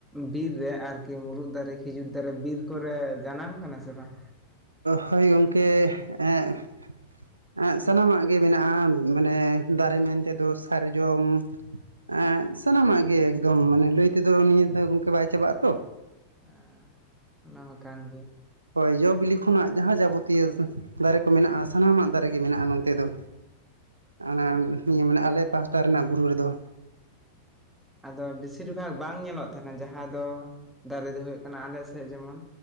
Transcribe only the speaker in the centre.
ᱵᱤᱨ ᱨᱮ ᱟᱨᱠᱤ ᱢᱩᱨᱩᱫ ᱫᱟᱨᱮ ᱠᱷᱤᱡᱩᱨ ᱫᱟᱨᱮ ᱵᱤᱨ ᱠᱚᱨᱮ ᱡᱟᱱᱟᱢ ᱠᱟᱱᱟ ᱥᱮ ᱵᱟᱝ᱾
ᱟ ᱚᱱᱟᱢᱟ ᱠᱟᱱ ᱜᱮ᱾
ᱟᱫᱚ ᱵᱮᱥᱤᱨ ᱵᱷᱟᱜᱽ ᱵᱟᱝ ᱧᱮᱞᱚᱜ ᱛᱟᱦᱮᱱᱟ ᱡᱟᱦᱟᱸ ᱫᱚ ᱫᱟᱨᱮ ᱫᱚ ᱦᱩᱭᱩᱜ ᱠᱟᱱᱟ ᱟᱞᱮ ᱥᱮᱫ ᱡᱮᱢᱚᱱ